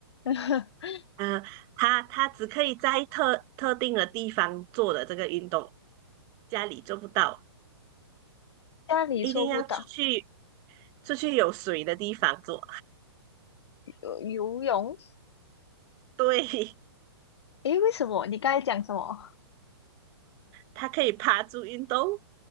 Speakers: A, on the left (about 80°); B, on the right (about 25°).
A: <laughs>
B: 呃，它它只可以在特特定的地方做的这个运动，家里做不到，
A: 家里做不到，
B: 一定要出去出去有水的地方做。
A: 游游泳？
B: 对，
A: 诶，为什么？你刚才讲什么？
B: 它可以趴住运动，